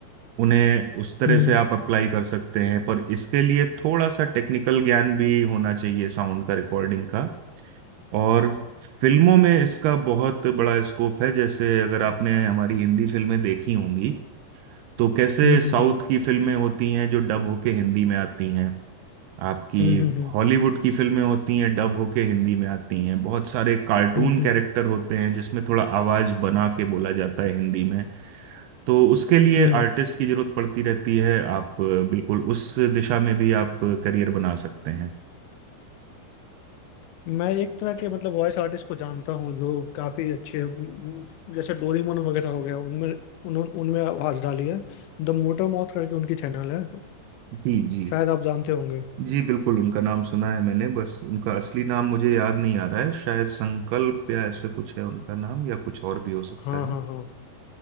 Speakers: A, on the right; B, on the left.
A: उन्हें उस तरह
B: हम्म
A: से आप अप्लाई कर सकते हैं पर इसके लिए थोड़ा सा टेक्निकल ज्ञान भी होना चाहिए साउंड का रिकॉर्डिंग का और फिल्मों में इसका बहुत बड़ा स्कोप है जैसे अगर आपने हमारी हिंदी फिल्में देखी होंगी तो कैसे
B: हम्म
A: साउथ
B: हम्म
A: की फिल्में होती हैं जो डब होके हिंदी में आती हैं आपकी
B: हम्म हम्म हम्म
A: हॉलीवुड की फिल्में होती हैं डब होके हिंदी में आती हैं बहुत सारे कार्टून
B: हम्म हम्म,
A: कैरेक्टर
B: हम्म।
A: होते हैं जिसमें थोड़ा आवाज बना के बोला जाता है हिंदी में तो उसके लिए
B: हम्म।
A: आर्टिस्ट की जरूरत पड़ती रहती है आप अ, बिल्कुल उस दिशा में भी आप करियर बना सकते हैं
B: मैं एक तरह के मतलब वॉइस आर्टिस्ट को जानता हूँ जो काफी अच्छे हम्म, जैसे डोरेमोन वगैरह हो गया उनमें उन्हों- उनमें आवाज डाली है द मोटर मौथ करके उनकी चैनल है
A: जी जी
B: शायद आप जानते होंगे
A: जी बिल्कुल उनका नाम सुना है मैंने बस उनका असली नाम मुझे याद नहीं आ रहा है शायद संकल्प या ऐसे कुछ है उनका नाम या कुछ और भी हो सकता
B: हाँ
A: है
B: हाँ हाँ